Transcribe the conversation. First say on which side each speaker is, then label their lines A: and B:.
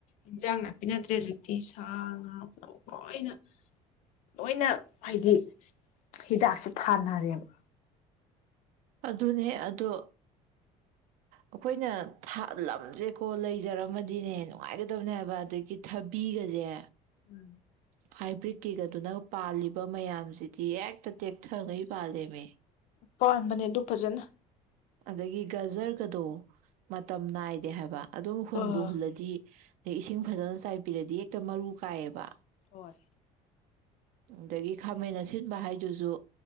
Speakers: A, on the left; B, on the right.
A: ꯏꯟꯖꯥꯡ ꯅꯥꯄꯤ ꯅꯗ꯭ꯔꯦ ꯍꯧꯖꯤꯛꯇꯤ ꯁꯥ ꯉꯥꯅ ꯂꯣꯏꯅ ꯂꯣꯏꯅ ꯍꯥꯏꯗꯤ ꯍꯤꯗꯥꯛꯁꯦ ꯊꯥꯅꯔꯦꯕ
B: ꯑꯗꯨꯅꯦ ꯑꯗꯣ ꯑꯩꯈꯣꯏꯅ ꯊꯥꯂꯝꯁꯦꯀꯣ ꯂꯩꯖꯔꯝꯃꯗꯤꯅꯦ ꯅꯨꯡꯉꯥꯏꯒꯗꯕꯅꯦ ꯍꯥꯏꯕ ꯑꯗꯒꯤ ꯊꯕꯤꯒꯁꯦ
A: ꯎꯝ
B: ꯍꯥꯏꯕ꯭ꯔꯤꯠꯀꯤꯒꯗꯨꯅ ꯄꯥꯜꯂꯤꯕ ꯃꯌꯥꯝꯁꯤꯗꯤ ꯍꯦꯛꯇ ꯇꯦꯛꯊꯉꯩ ꯄꯥꯜꯂꯃꯦ
A: ꯄꯥꯟꯕꯅꯦ ꯑꯗꯨ ꯐꯖꯅ
B: ꯑꯗꯒꯤ ꯒꯖꯔꯒꯗꯣ ꯃꯇꯝ ꯅꯥꯏꯗꯦ ꯍꯥꯏꯕ ꯑꯗꯨꯝ ꯍꯨꯟꯕꯨ
A: ꯑꯥ
B: ꯍꯨꯜꯂꯗꯤ ꯑꯗꯩ ꯏꯁꯤꯡ ꯐꯖꯅ ꯆꯥꯏꯕꯤꯔꯗꯤ ꯍꯦꯛꯇ ꯃꯔꯨ ꯀꯥꯏꯌꯦꯕ
A: ꯍꯣꯏ
B: ꯑꯗꯒꯤ ꯈꯥꯃꯦꯟ ꯑꯁꯤꯟꯕ ꯍꯥꯏꯗꯨꯁꯨ